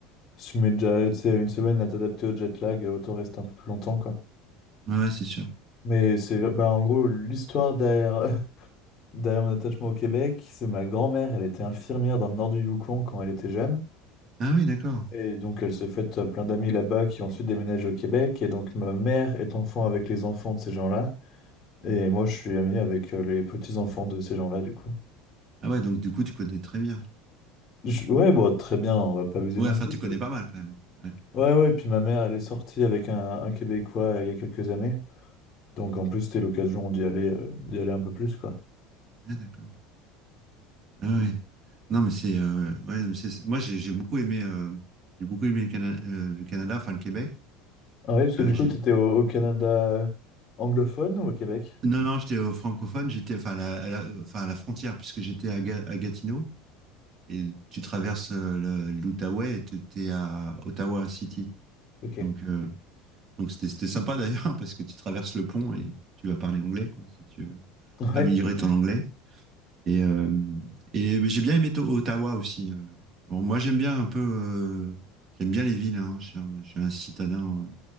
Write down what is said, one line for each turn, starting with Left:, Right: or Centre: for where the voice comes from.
Left: si tu mets déjà, euh, tu sais, une semaine à t'adapter au jet lag, euh, autant rester un peu plus longtemps, quoi.
Right: Ouais, ouais, c'est sûr.
Left: Mais c'est, bah, en gros, l'histoire derrière, <laughs> derrière mon attachement au Québec, c'est ma grand-mère, elle était infirmière dans le nord du Yukon quand elle était jeune.
Right: Ah oui, d'accord.
Left: Et donc, elle s'est faite euh, plein d'amis là-bas qui ont ensuite déménagé au Québec. Et donc, ma mère est enfant avec les enfants de ces gens-là. Et moi, je suis ami avec euh, les petits-enfants de ces gens-là, du coup.
Right: Ah ouais, donc du coup, tu connais très bien.
Left: Je- Ouais, bon, très bien, on va pas abuser
Right: Ouais,
Left: non
Right: enfin,
Left: plus.
Right: tu connais pas mal quand même. Ouais,
Left: Ouais, ouais, puis ma mère, elle est sortie avec un, un Québécois euh, il y a quelques années. Donc en plus, c'était l'occasion d'y aller, euh, d'y aller un peu plus, quoi.
Right: Ouais, d'accord. Ah ouais. Non, mais c'est. euh, ouais, mais c'est- moi, j'ai j'ai beaucoup aimé, euh, j'ai beaucoup aimé le, Cana- euh, le Canada, enfin, le Québec.
Left: Ah ouais, parce que
Right: Euh,
Left: du
Right: j'ai-
Left: coup, t'étais au, au Canada euh, anglophone ou au Québec?
Right: Non, non, j'étais au francophone, j'étais enfin, à la, à la- enfin, à la frontière, puisque j'étais à, Ga- à Gatineau. Et tu traverses euh, le- l'Outaouais et tu es à Ottawa City.
Left: Ok.
Right: Donc,
Left: <laughs>
Right: euh, donc c'était c'était sympa d'ailleurs <laughs> parce que tu traverses le pont et tu vas parler anglais, quoi, si tu veux
Left: Ouais,
Right: améliorer ton anglais. Et, euh, et mais j'ai bien aimé To- Ottawa aussi. euh. Bon, moi, j'aime bien un peu, euh, j'aime bien les villes. hein. Je suis un, je suis un citadin euh,